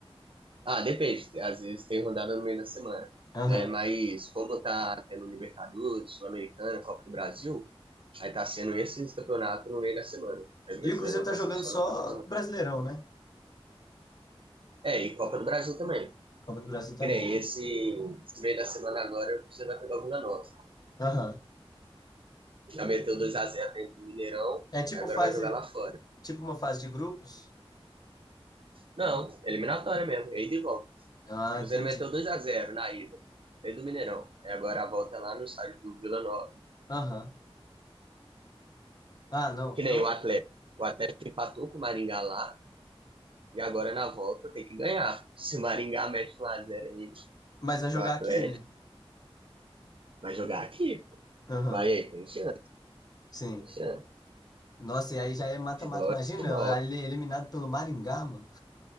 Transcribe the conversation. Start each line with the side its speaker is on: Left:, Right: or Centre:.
Right: Ah, depende. Às vezes tem rodada no meio da semana,
Left: Aham.
Right: né? Mas como tá tendo Libertadores, Sul-Americana, Copa do Brasil, aí tá sendo esses campeonatos no meio da semana. Aí o
Left: E
Right: Brasileirão
Left: o Cruzeiro tá
Right: tá
Left: jogando
Right: sendo só
Left: só
Right: no final.
Left: Brasileirão, né?
Right: É, e Copa do Brasil também.
Left: Copa do Brasil também.
Right: Que nem esse, esse meio da semana agora, você vai pegar alguma nova.
Left: Aham.
Right: Já meteu dois a zero dentro do Mineirão,
Left: É tipo
Right: agora
Left: fase,
Right: vai jogar lá fora.
Left: tipo uma fase de grupos?
Right: Não, eliminatória mesmo, e aí de volta.
Left: Ah,
Right: O Cruzeiro
Left: entendi.
Right: meteu dois a zero na ida, dentro do Mineirão. Aí agora a volta é lá no estádio do Vila Nova.
Left: Aham. Ah, não.
Right: Que
Left: Então,
Right: nem o Atlético. O Atlético empatou com o Maringá lá, e agora
Left: e-
Right: na volta tem que ganhar. Se o Maringá mete 1 a zero aí
Left: mas vai
Right: no
Left: jogar
Right: Atlético,
Left: aqui, né?
Right: vai jogar aqui, pô.
Left: Aham.
Right: Vai aí, tem chance,
Left: Sim.
Right: tem chance.
Left: Nossa, e aí já é mata-mata.
Right: Futebol
Left: Imagina,
Right: é futebol.
Left: ele é eliminado pelo Maringá, mano.